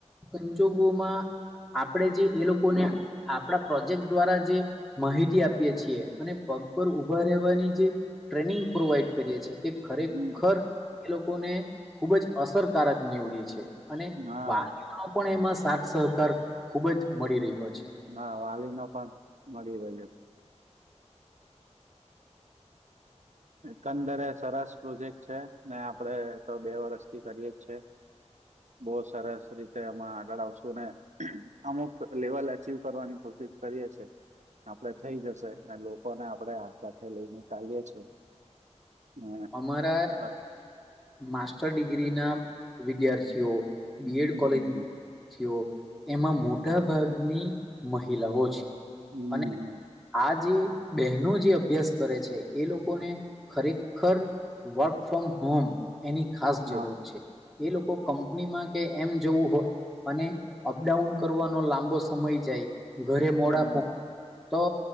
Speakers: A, in the centre; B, on the right (about 80°).
A: અંજુ ભૂમાં આપણેે જે એ લોકોને આપણા પ્રોજેક્ટ દ્વારા જે માહિતી આપીએ છીએ અને પગબર ઉભા રહેવાની જે ટ્રેનિંગ પ્રોવાઈડ કરીએ છીએ તે ખરેખર
B: હમ
A: એ લોકોને ખુબ જ અસરકારક નીવડી છે. અને
B: હા
A: વાલીનો પણ એમાં સાથ સહકાર ખુબ જ મળી રહ્યો છે.
B: ના વાલી ન પણ મળી રહ છે. એકંદરે એ સરસ પ્રોજેક્ટ છે ને આપડે તો બે વરસથી કરીએ જ છે. બહ સરસ રીતે અમાં આગળ આવશુ ને અમુક લેવલ અચવ કરવાની કોિશ. કરીએ છે આપડે થઈ જશે અને લોકોને આપણે આ સાથે લઈને ચલીએ છીએ. હ
A: અમારા
B: બ.
A: માસ્ટર ડિગ્રી ના વિદ્યાર્થીઓ બીએડ
B: હમ
A: કોલેજ વિ્યાર્થીઓ. એમાં મોટા ભાગની મહિલાઓ છે
B: હમ
A: અને આ જે. બહેનો જે અભ્યાસ કરે છે એ લોકોને ખરેખર વર્ક ફ્રોમ હોમ. એની ખાસ
B: હા
A: જરૂર છે એ લોકો કંપનીમાં કે એમ જવું હોય. અને અપડાઉન કરવાનો લાંબો સમય જાય. ઘરે મોડા
B: હમ
A: પ તો